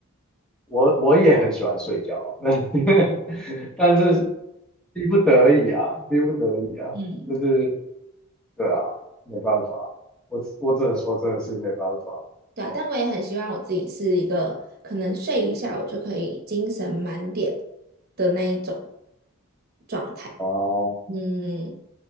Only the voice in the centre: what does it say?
我我也很喜欢睡觉啊，<laughs> 但是逼不得已啊，逼不得已啊，
就是对啊，没办法，我我只能说真的是没办法
啊，我